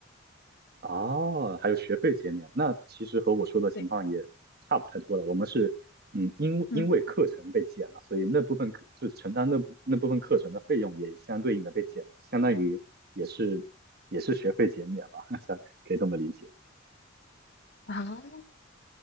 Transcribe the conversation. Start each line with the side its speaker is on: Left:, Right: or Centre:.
Right: 哦，还有学费减免，那其实和我说的情况也差不太多了。
Left: 对，
Right: 我们是，嗯，因因为课程被减了，
Left: 嗯
Right: 所以那部分课就承担那部那部分课程的费用也相对应的被减了，相当于也是也是学费减免吧，<laughs> 像可以这么理解。
Left: 啊，